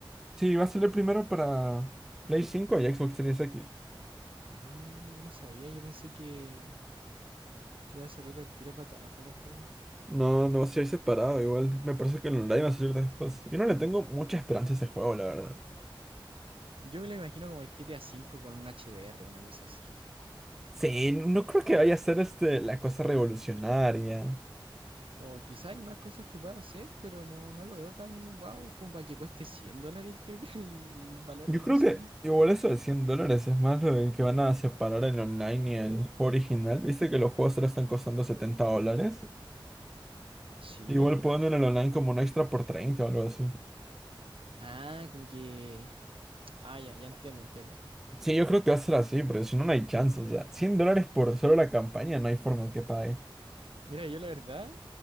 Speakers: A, in the centre; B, on the right (about 80°).
A: Sí, va a salir primero para Play 5 y Xbox Series X.
B: Ah, yo no sabía, yo pensé que, que iba a salir el tiro para todas las plataformas.
A: No, no va a ser separado igual. Me parece que el online va a salir después. Yo no le tengo mucha esperanza a ese juego, la verdad.
B: Yo me lo imagino como el GTA V con un HDR, una cosa así.
A: Sí, no creo que vaya a ser este, la cosa revolucionaria.
B: O quizá hay más cosas que pueda hacer, pero no, no lo veo tan guau como para que cueste 100 dólares, <laughs> creo que es el valor
A: Yo
B: de lanzamiento.
A: creo que igual eso de 100 dólares es más lo de que van a separar el online y el original. Viste que los juegos ahora están costando 70 dólares.
B: Sí,
A: Igual
B: están
A: ponen
B: súper
A: el online
B: caros.
A: como un extra por 30 o algo así.
B: Ah, como que... Ah, ya, ya entiendo, entiendo.
A: Sí, yo creo que va a ser así, pero si no, no hay chance. O sea, 100 dólares por solo la campaña, no hay forma que pague.
B: Mira, yo la verdad,